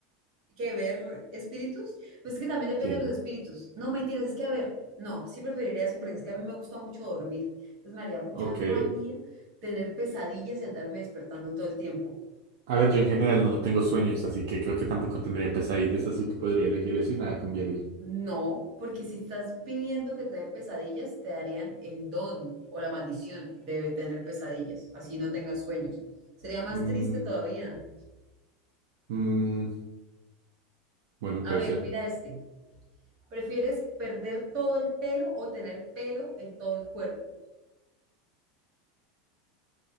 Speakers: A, on the right; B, on the right.
A: que ver espíritus, pues es que también depende
B: Sí.
A: de los espíritus. No, mentiras, es que a ver, no, sí preferiría eso porque es que a mí me gusta mucho dormir. Entonces me haría mucha
B: Ok.
A: rabia tener pesadillas y andarme despertando todo el tiempo.
B: A ver, yo en general no tengo sueños, así que creo que tampoco tendría pesadillas, así que podría elegir eso y nada cambiaría.
A: No, porque si estás pidiendo que te den pesadillas, te darían el don o la maldición de tener pesadillas, así no tengas sueños. Sería más
B: Mm,
A: triste todavía.
B: mm, bueno,
A: A
B: puede
A: ver,
B: ser.
A: mira este. ¿Prefieres perder todo el pelo o tener pelo en todo el cuerpo?